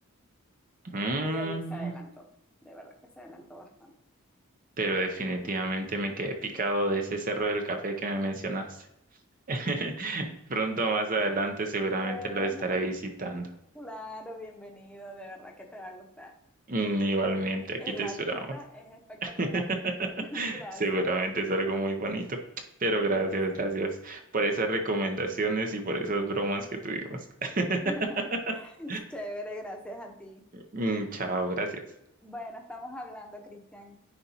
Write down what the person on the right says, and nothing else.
Mm.
pero definitivamente me quedé picado de ese cerro del café que me mencionaste. <laughs> Pronto más adelante seguramente
lo estaré visitando.
Mm, Igualmente,
aquí te
esperamos.
<laughs>
Seguramente es algo muy bonito, pero gracias,
gracias por esas recomendaciones y por esas bromas que tuvimos. <laughs>
Mm, Chao, gracias.